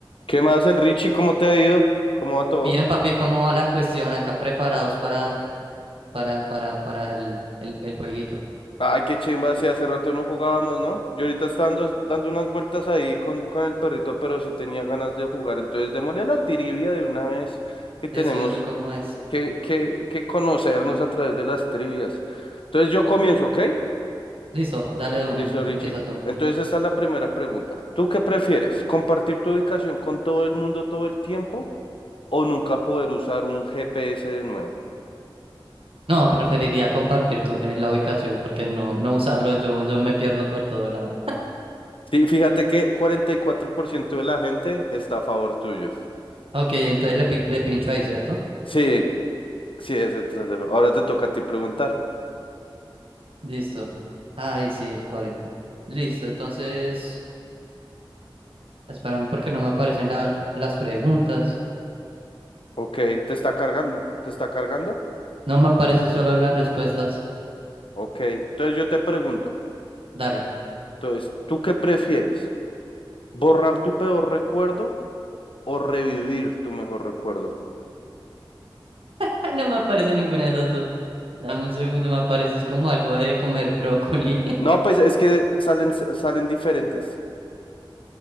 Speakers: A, on the left; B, on the right.
A: ¿Qué más, el Richie? ¿Cómo te ha ido? ¿Cómo va todo?
B: Bien, papi, ¿cómo va la cuestión? Acá preparados para, para, para, para el, el, el jueguito.
A: Ay, qué chimba, sí, hace rato no jugábamos, ¿no? Yo ahorita estaba dando, dando unas vueltas ahí con, con el perrito, pero sí tenía ganas de jugar. Entonces, démosle a la trivia de una vez que tenemos
B: Eso, eso, ¿cómo es?
A: que, que, que conocernos a través de las trivias. Entonces, yo comienzo, ¿ok?
B: Listo, dale de una.
A: Listo, Richie.
B: Empieza tú.
A: Entonces, esta es la primera pregunta. ¿Tú qué prefieres? ¿Compartir tu ubicación con todo el mundo todo el tiempo o nunca poder usar un GPS de nuevo?
B: No, preferiría compartir tu, eh, la ubicación porque no, no usarlo yo, yo me pierdo por todo lado.
A: Sí, fíjate que 44% de la gente está a favor tuyo.
B: Ok, entonces le, pi- le pincho ahí, ¿cierto?
A: Sí, sí, es el trasero. Ahora te toca a ti preguntar.
B: Listo. Ay sí, el 40. Listo, entonces, espérame porque no me aparecen la- las preguntas.
A: Ok, ¿te está cargando? ¿Te está cargando?
B: No me aparecen solo las respuestas.
A: Ok, entonces yo te pregunto.
B: Dale.
A: Entonces, ¿tú qué prefieres? ¿Borrar tu peor recuerdo o revivir tu mejor recuerdo?
B: <laughs> No me aparece ninguna de esas dos. Dame un segundo, me apareces como algo de comer brócoli.
A: No, pues es que salen, salen diferentes,